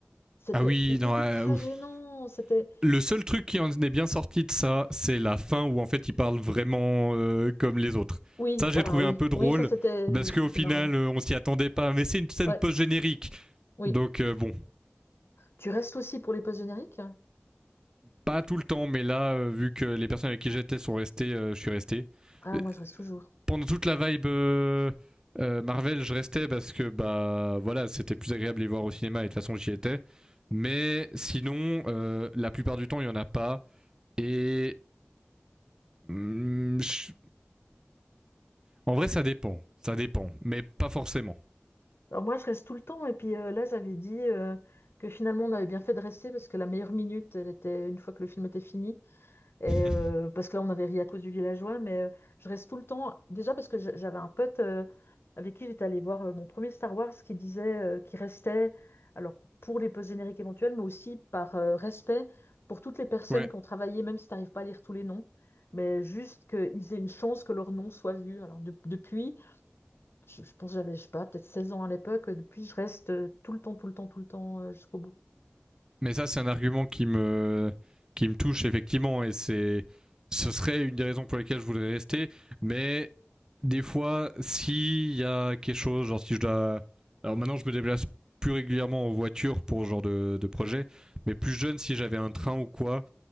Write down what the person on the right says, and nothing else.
Ah oui, non, euh,
ouf.
Le seul truc qui en est bien sorti de ça, c'est la fin où en fait ils parlent vraiment euh, comme les autres.
Ça, j'ai
trouvé
un peu drôle
parce qu'au
final,
euh, on s'y attendait pas. Mais c'est une scène
post-générique.
Donc euh, bon,
pas tout le temps, mais là, euh, vu que les personnes avec qui j'étais sont restées, euh, je suis resté.
Euh,
pendant toute la vibe euh, euh, Marvel, je restais parce que bah voilà, c'était plus agréable de les voir au cinéma et de toute façon j'y étais. Mais sinon, euh, la plupart du temps, il y en a pas. Et hum, je- en vrai, ça dépend, ça dépend, mais pas forcément.
<laughs>
ouais.
Mais ça, c'est un argument qui me, qui me touche effectivement, et c'est, ce serait une des raisons pour lesquelles je voudrais rester. Mais des fois, s'il y a quelque chose, genre si je dois, alors maintenant je me déplace plus régulièrement en voiture pour ce genre de, de projet, mais plus jeune, si j'avais un train ou quoi,